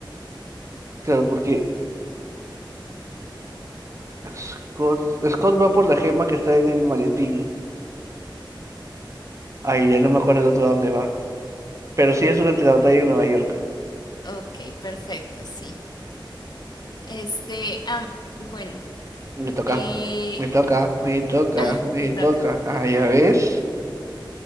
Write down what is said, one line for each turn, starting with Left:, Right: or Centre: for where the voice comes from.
Right: Claro, porque Scott, Scott va por la gema que está en el maletín. Ay, ya no me acuerdo el otro dónde va. Pero sí es durante la batalla en Nueva York.
Left: ok, perfecto, sí. Este, ah, bueno,
Right: Me toca,
Left: eh,
Right: me toca, me toca,
Left: ah,
Right: me
Left: te toca,
Right: toca.
Left: te toca.
Right: Ah, ya ves.